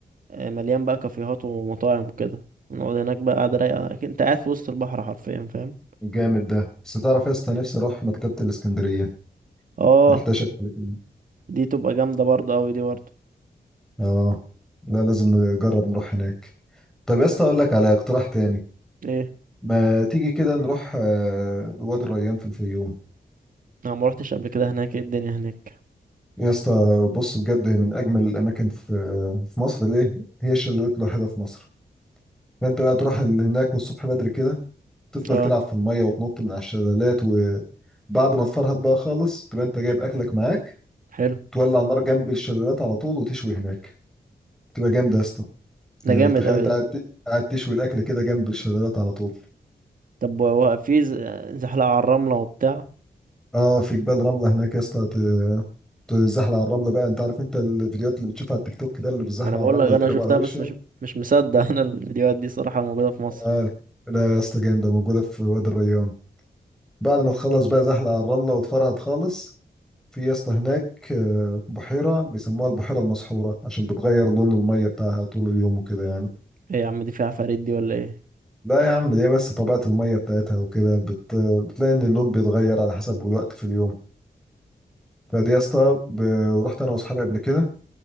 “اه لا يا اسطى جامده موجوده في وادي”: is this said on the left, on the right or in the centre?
Centre